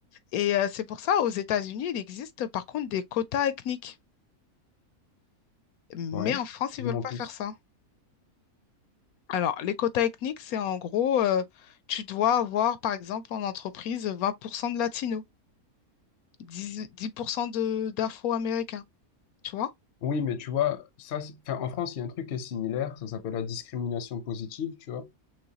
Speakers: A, on the left; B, on the left.
A: Et euh, c'est pour ça, aux États-Unis, il existe par contre des quotas ethniques. Mais
B: Ouais.
A: en France, ils
B: Dis-moi
A: veulent
B: en
A: pas
B: plus.
A: faire ça. Alors, les quotas ethniques, c'est en gros, euh, tu dois avoir, par exemple, en entreprise, 20% de latinos, 10, 10% de d'afro-américains, tu vois?
B: Oui, mais tu vois, ça, c'est- enfin, en France, il y a un truc qui est similaire. Ça s'appelle la discrimination positive, tu vois.